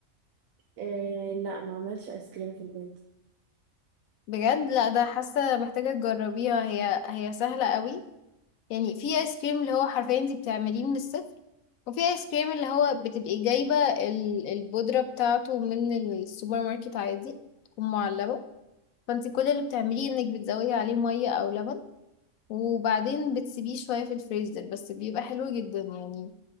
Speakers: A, on the right; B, on the left.
A: آه لا ما عملش ايس كريم في البيت
B: بجد لا ده حاسة محتاجة تجربيها هي هي سهلة أوي يعني في آيس كريم اللي هو حرفيا انتي بتعمليه من الصفر وفي آيس كريم اللي هو بتبقي جايبة ال- البودرة بتاعته من السوبر ماركت عادي تكون معلبة فانتي كل اللي بتعمليه انك بتزودي عليه مية أو لبن وبعدين بتسيبيه شوية في الفريزر بس بيبقى حلو جدا يعني